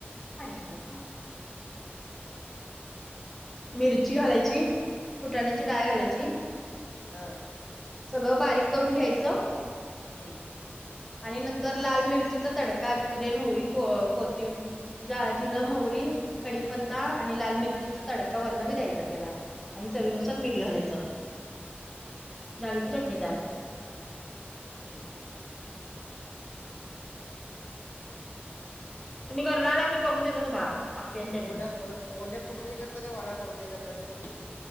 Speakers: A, in the centre; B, on the left (about 65°).
A: पाणी घातलं मिरची घालायची कुटाण्याची
B: हम्म,
A: डाळ घालायची
B: हा
A: सगळं बारीक करून घ्यायचं
B: हम्म
A: आणि नंतर लाल मिरचीचा तडका जिरे मोहरी ख कोती जा जिरं मोहरी कडीपत्ता आणि लाल मिरचीचा तडका वरनच द्यायचा त्याला आणि चवीनुसार
B: बर
A: मिठ घालायचं झाली की चटणी तयार
B: हम्म
A: तुम्ही घरला आला की करून देतो तुम्हाला आप्याची चटणी
B: ओला ओ ओल्या खोबरेची करतात का वाळल्या खोबर्याची करत चटली.